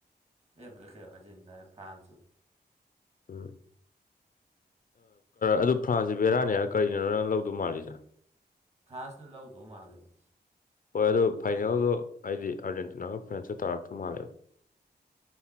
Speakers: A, on the right (about 40°); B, on the left (about 55°).
A: ꯑꯦ ꯑꯥꯔꯖꯦꯟꯇꯤꯅꯥ ꯑꯦ ꯐ꯭ꯔꯥꯟꯁꯁꯨ
B: ꯎꯝ ꯑꯗꯨ ꯐ꯭ꯔꯥꯟꯁꯁꯦ ꯕꯦꯔꯥꯅꯦꯔ ꯀꯔꯤꯅꯣ ꯅꯪ ꯂꯧꯗꯧ ꯃꯥꯜꯂꯤꯁꯦ
A: ꯐ꯭ꯔꯥꯟꯁꯅ ꯂꯧꯗꯧ ꯃꯥꯜꯂꯦꯕ
B: ꯍꯣꯏ ꯑꯗꯨ ꯐꯥꯏꯅꯦꯜꯗꯣ ꯍꯥꯏꯗꯤ ꯑꯥꯔꯖꯦꯟꯇꯤꯅꯥꯒ ꯐ꯭ꯔꯦꯟꯁꯇ ꯇꯥꯔꯛꯇ ꯃꯥꯜꯂꯦꯕ